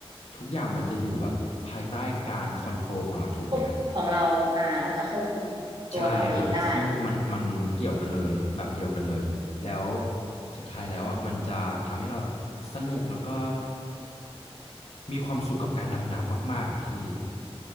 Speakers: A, on the left (about 80°); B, on the right (about 50°).
A: ทุกอย่างมันจะอยู่แบบภายใต้การคอนโทรลของเราถูกไหมครับ
B: ควบของเราอ่าเราจะควบคุมตัวเราเองได้
A: ใช่ครับซึ่งมันมันเกี่ยวกันเลยแบบเดียวกันเลยแล้วสุดท้ายแล้วอ่ะมันจะทำให้เราแบบสนุกแล้วก็มีความสุขกับการดำน้ำมากๆอ่ะพี่